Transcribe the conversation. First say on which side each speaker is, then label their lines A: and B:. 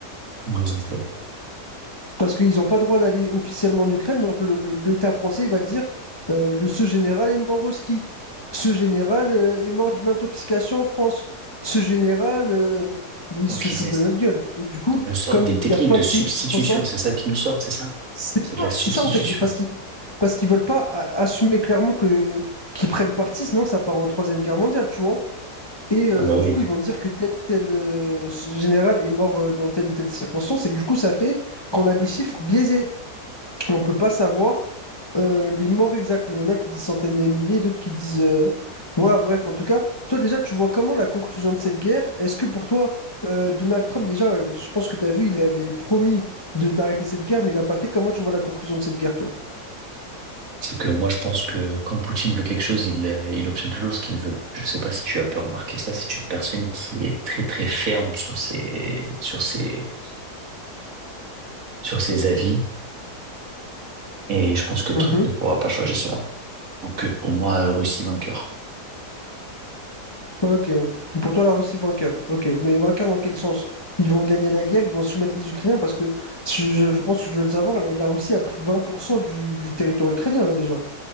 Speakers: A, on the right (about 55°); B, on the left (about 20°).
A: comment ils ont fait.
B: parce qu'ils n'ont pas le droit d'aller officiellement en Ukraine. Donc le- le- l'État français il va dire euh, le ce général est mort au ski. Ce général euh, est mort d'une intoxication en France. Ce général, euh, il
A: Donc,
B: se
A: ils,
B: fout
A: essa-
B: de notre gueule. Et du coup,
A: ils nous sortent
B: comme
A: des
B: il
A: techniques
B: y a plein
A: de
B: de
A: substitution.
B: pays qui font ça,
A: C'est ça qu'ils nous sortent, c'est ça?
B: c'est
A: C'est
B: ça,
A: de la substitution.
B: c'est ça en fait. Et parce qu'ils parce qu'ils veulent pas a- assumer clairement que qu'ils prennent parti, sinon ça part en Troisième Guerre mondiale, tu vois. Et euh,
A: Ah bah
B: du
A: oui.
B: coup, ils vont dire que tel tel euh, ce général est mort euh, dans telle ou telle circonstance. Et du coup, ça fait qu'on a des chiffres biaisés. On ne peut pas savoir euh, les morts exacts, mais il y en a qui disent centaines de milliers, d'autres qui disent... euh, Voilà, bref, en tout cas, toi déjà, tu vois comment la conclusion de cette guerre? Est-ce que pour toi, euh, Donald Trump, déjà, euh, je pense que tu as vu, il avait promis de d'arrêter cette guerre, mais il l'a pas fait. Comment tu vois la conclusion de cette guerre, toi?
A: C'est que moi, je pense que quand Poutine veut quelque chose, il, euh, il obtient toujours ce qu'il veut. Je sais pas si tu as pu remarquer ça. C'est une personne qui est très, très ferme sur ses, sur ses, sur ses avis. Et je pense que Trump
B: Mhm.
A: ne pourra pas changer cela. Donc, euh, pour moi, euh, Russie vainqueur.
B: Ok. Pour toi, la Russie vainqueur. Ok. Mais vainqueur dans quel sens? Ils vont gagner la guerre, ils vont soumettre les Ukrainiens parce que je, je- je pense que je veux le savoir, la, la Russie a pris 20% du, du territoire ukrainien là déjà.